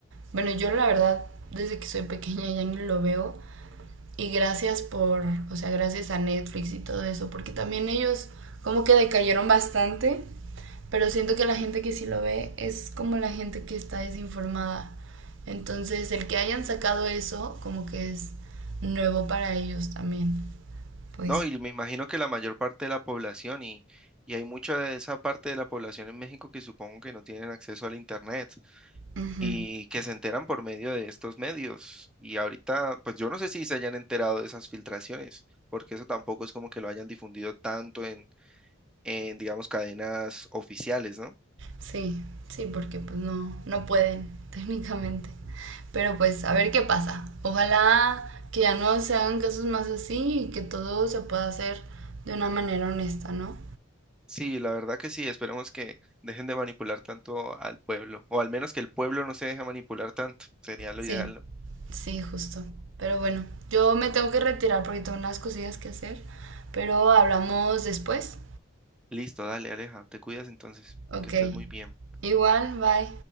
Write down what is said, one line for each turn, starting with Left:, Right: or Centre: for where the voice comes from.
Right: Bueno, yo la verdad, desde que soy pequeña ya ni lo veo, Y gracias por, o sea, gracias a Netflix y todo eso, porque también ellos como que decayeron bastante, pero siento que la gente que sí lo ve es como la gente que está desinformada. Entonces, el que hayan sacado eso como que es nuevo para ellos también. Pues,
Centre: No, y me imagino que la mayor parte de la población y, y hay mucha de esa parte de la población en México que supongo que no tienen acceso al internet.
Right: ujú.
Centre: y que se enteran por medio de estos medios. Y ahorita, pues yo no sé si se hayan enterado de esas filtraciones, porque eso tampoco es como que lo hayan difundido tanto en, en digamos, cadenas oficiales, ¿no?
Right: Sí, sí, porque pues no, no pueden <laughs> técnicamente. Pero pues a ver qué pasa. Ojalá que ya no se hagan casos más así y que todo se pueda hacer de una manera honesta, ¿no?
Centre: Sí, la verdad que sí, esperemos que dejen de manipular tanto al pueblo, o al menos que el pueblo no se deje manipular tanto, sería lo
Right: Sí,
Centre: ideal, ¿no?
Right: sí, justo. Pero bueno, yo me tengo que retirar porque tengo unas cosillas que hacer, pero hablamos después.
Centre: Listo, dale, Aleja, te cuidas entonces,
Right: Ok,
Centre: que estés muy bien.
Right: igual, bye.